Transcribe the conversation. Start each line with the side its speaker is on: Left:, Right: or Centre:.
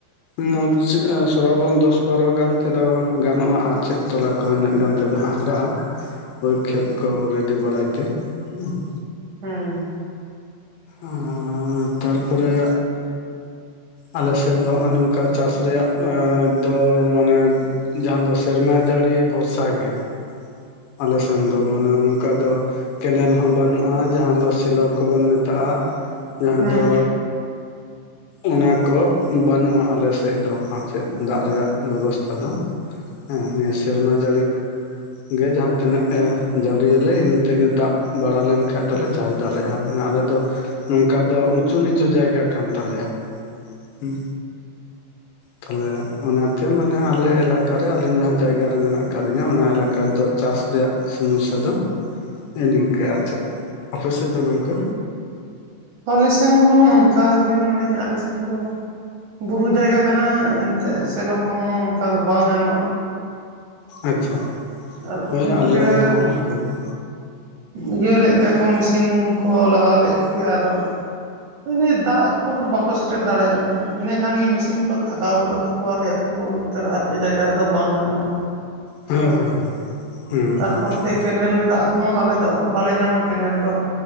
Left: <inaudible> ᱥᱚᱨᱟᱵᱚᱱ ᱫᱚᱥ ᱵᱟᱨᱚ ᱜᱟᱱ ᱛᱮᱫᱚ ᱜᱟᱱᱚᱜᱼᱟ ᱟᱨ ᱪᱮᱫ ᱛᱚᱞᱟ ᱠᱚ ᱤᱱᱟᱹᱜ ᱜᱟᱱ ᱛᱮᱫᱚ ᱦᱟᱸᱜ ᱦᱟᱨᱟᱜᱼᱟ ᱾ ᱦᱳᱭ ᱠᱷᱮᱛ ᱠᱚ ᱨᱮᱰᱤ ᱵᱟᱲᱟᱭ ᱛᱮ ᱾ <inaudible> ᱦᱩᱸ ᱾
Right: ᱦᱩᱸ ᱾
Left: ᱟᱸᱻ ᱛᱟᱨᱯᱚᱨᱮ ᱟᱞᱮᱥᱮᱱ ᱫᱚ ᱦᱚᱸᱜᱼᱚᱭ ᱱᱚᱝᱠᱟ ᱪᱟᱥ ᱨᱮᱭᱟᱜ ᱮᱸᱻ ᱫᱚ ᱢᱟᱱᱮ ᱡᱟᱦᱟᱸ ᱫᱚ ᱥᱮᱨᱢᱟ ᱡᱟᱲᱤ ᱵᱷᱚᱨᱥᱟ ᱜᱮ ᱾ ᱟᱞᱮ ᱥᱮᱱ ᱫᱚ ᱢᱟᱱᱮ ᱚᱱᱠᱟ ᱫᱚᱼᱼ ᱠᱮᱱᱮᱞ ᱦᱚᱸ ᱵᱟᱹᱱᱩᱜᱼᱟ᱾ ᱡᱟᱦᱟᱸ ᱫᱚ ᱥᱮᱞᱳ ᱠᱚᱵᱚᱱ ᱢᱮᱛᱟᱜᱼᱟ᱾ ᱡᱟᱦᱟᱸ
Right: ᱦᱩᱸ
Left: ᱫᱚᱼᱼ ᱚᱱᱟ ᱠᱚ ᱵᱟᱹᱱᱩᱜᱼᱟ ᱟᱞᱮ ᱥᱮᱫ ᱫᱚ ᱟᱨ ᱪᱮᱫ, ᱫᱟᱜ ᱨᱮᱭᱟᱜ ᱵᱮᱵᱚᱥᱛᱷᱟ ᱫᱚ। ᱦᱮᱸ, ᱱᱤᱭᱟᱹ ᱥᱮᱨᱢᱟ ᱡᱟᱹᱲᱤ ᱼᱼ ᱜᱮ, ᱡᱟᱦᱟᱸ ᱛᱤᱱᱟᱹᱜ ᱮ ᱡᱟᱹᱲᱤᱭᱟᱞᱮ, ᱤᱱᱟᱹ ᱛᱮᱜᱮ ᱫᱟᱜ ᱵᱟᱲᱟ ᱞᱮᱱ ᱠᱷᱟᱱ ᱫᱚᱞᱮ ᱼᱼ ᱪᱟᱥ ᱫᱟᱲᱮᱭᱟᱜᱼᱟ ᱾ ᱢᱟᱱᱮ ᱟᱞᱮ ᱫᱚ ᱱᱚᱝᱠᱟ ᱫᱚ ᱩᱪᱩ ᱱᱤᱪᱩ ᱡᱟᱭᱜᱟ ᱠᱟᱱ ᱼᱼ ᱛᱟᱞᱮᱭᱟ᱾ ᱦᱩᱸ᱾ ᱛᱟᱦᱚᱞᱮ ᱚᱱᱟᱛᱮ ᱢᱟᱱᱮ ᱟᱞᱮ ᱮᱞᱟᱠᱟᱨᱮ ᱟᱹᱞᱤᱧ ᱡᱟᱦᱟᱸ ᱡᱟᱭᱜᱟ ᱨᱮ ᱢᱮᱱᱟᱜ ᱟᱠᱟᱫ ᱞᱤᱧᱟᱹ᱾ ᱚᱱᱟ ᱮᱞᱟᱠᱟ ᱨᱮᱫᱚ ᱼᱼ ᱪᱟᱥ ᱨᱮᱭᱟᱜ ᱥᱚᱢᱚᱥᱥᱟ ᱫᱚ <unintelligible> ᱱᱤᱝᱠᱟᱹ ᱟᱨ ᱪᱮᱫ᱾ ᱟᱯᱮ ᱥᱮᱫ ᱫᱚ ᱜᱚᱝᱠᱮ?
Right: ᱟᱞᱮ ᱥᱮᱱ ᱦᱚᱸ ᱚᱱᱠᱟᱜᱮ, ᱢᱟᱱᱮ ᱟᱞᱮ ᱥᱮᱱ ᱫᱚ ᱼᱼ ᱵᱩᱨᱩ ᱡᱟᱭᱜᱟ ᱠᱟᱱᱟ ᱮᱱᱛᱮᱫ ᱥᱮᱞᱳ ᱠᱚᱦᱚᱸ ᱚᱱᱠᱟ ᱫᱚ ᱵᱟᱝ ᱜᱟᱱᱚᱜᱼᱟ᱾
Left: ᱟᱪᱪᱷᱟ,
Right: ᱟᱨ
Left: ᱦᱳᱭ
Right: ᱤᱱᱠᱟᱹ
Left: ᱟᱞᱮ ᱦᱚᱸ ᱚᱱᱠᱟᱜᱮ᱾
Right: ᱤᱭᱟᱹ ᱞᱮᱜ ᱜᱮᱭᱟ ᱠᱚ, ᱢᱮᱥᱤᱱ ᱠᱚ ᱞᱟᱜᱟᱣ ᱞᱮᱜ ᱜᱮᱭᱟ ᱾ᱟᱫᱚ ᱼᱼ ᱤᱱᱟᱹ ᱫᱟᱜ ᱠᱚᱫᱚ ᱵᱟᱠᱚ ᱥᱮᱴᱮᱨ ᱫᱟᱲᱮᱭᱟᱜᱼᱟ ᱾ ᱤᱱᱟᱹ ᱠᱷᱟᱱ ᱜᱮ ᱢᱮᱥᱤᱱ ᱠᱚ ᱛᱷᱟᱠᱟᱣ ᱜᱚᱫᱚᱜ ᱛᱟᱠᱚᱣᱟ᱾ ᱞᱮᱭ ᱟᱠᱚ ᱼᱼ ᱱᱮᱛ <unintelligible> ᱟᱯᱮ ᱡᱟᱭᱜᱟ ᱨᱮᱫᱚ ᱵᱟᱝ ᱜᱟᱱᱚᱜ ᱩᱱᱟᱹ <unintelligible>
Left: ᱦᱮᱸ, ᱦᱮᱸ, ᱦᱩᱸ
Right: ᱛᱟᱨᱯᱚᱨ
Left: ᱦᱩᱸ ᱦᱩᱸ
Right: ᱛᱮ
Left: ᱾
Right: ᱠᱮᱱᱮᱞ ᱫᱟᱜ ᱦᱚᱸ ᱟᱞᱮ ᱫᱚ ᱵᱟᱞᱮ ᱧᱟᱢᱟ ᱠᱮᱱᱮᱞ ᱫᱚ᱾